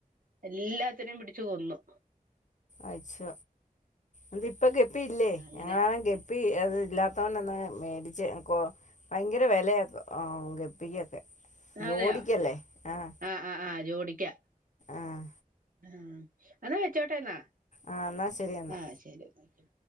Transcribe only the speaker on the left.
അച്ച എത് ഇപ്പ ഗപ്പയില്ലേ
ഞങ്ങളാണ് ഗപ്പ അത് ഇല്ലാത്തവണ്ടന്ന മേടിച്ച് കൊ ഭയങ്കര വിലയാക്ക ആ ഗപ്പിക്കൊക്കെ ജോഡിക്കല്ലേ
ആഹ്
ആഹ്
ആഹ് എന്നാ ശരി എന്നാ